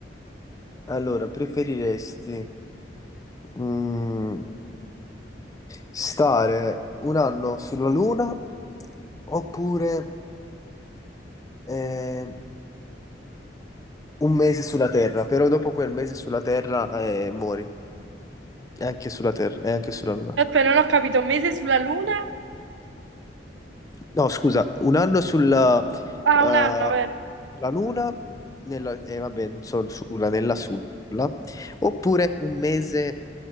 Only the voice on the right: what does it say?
Aspetta, non ho capito, un mese sulla luna?
Ah,
un anno, vero?